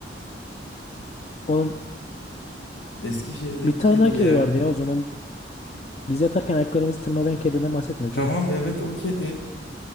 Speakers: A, on the left; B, on the left.
A: Oğlum
B: Eskişehir'deki
A: bir tane
B: kedi
A: daha
B: ya.
A: kedi vardı ya o zaman. Biz yatarken ayaklarımızı tırmalayan kediden bahsetmiyoruz
B: Tamam
A: değil mi?
B: evet o kedi.